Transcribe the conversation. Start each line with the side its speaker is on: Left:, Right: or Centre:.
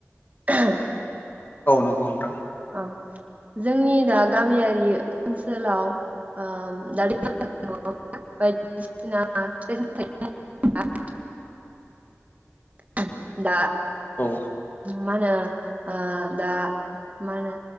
Right: <unintelligible>
Left: औ नंगौ नोंथां।
Right: औ जोंनि दा गामियारि ओनसोलाव ओ <unintelligible> बायदिसिना फिथाइ सामथाइ <unintelligible> दा
Left: औ।
Right: मा होनो ओ दा मा होनो